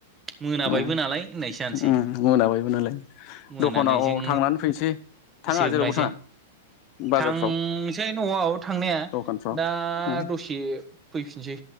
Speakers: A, on the right; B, on the left.
A: मोनाबायबो
B: उम
A: नालाय होननायसो जानोसै
B: उम मोनाबायबो नालाय
A: मोनानायजों
B: दखानाव थांनानै फैनोसै थाङा
A: जोबनायजों
B: जेरावबो थाङा बाजारफ्राव
A: थांसै न'आव थांनाया
B: दखानफ्राव
A: दा
B: उम
A: दसे फैफिनसै